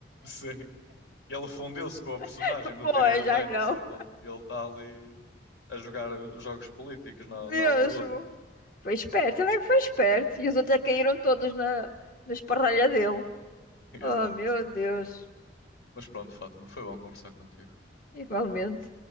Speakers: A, on the left (about 85°); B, on the left (about 50°).
A: sim. Ele fundiu-se com a personagem
B: <laughs>
A: do
B: pois,
A: Tyrion Lannister,
B: ai não,
A: ele ele está ali a jogar jogos políticos na,
B: mesmo.
A: na Hollywood.
B: Foi esperto, ele é que foi esperto. E os outros é que caíram todos na, na esparralha dele.
A: <laughs> Exato.
B: Oh, meu Deus,
A: Mas pronto, Fátima, foi bom conversar contigo.
B: igualmente.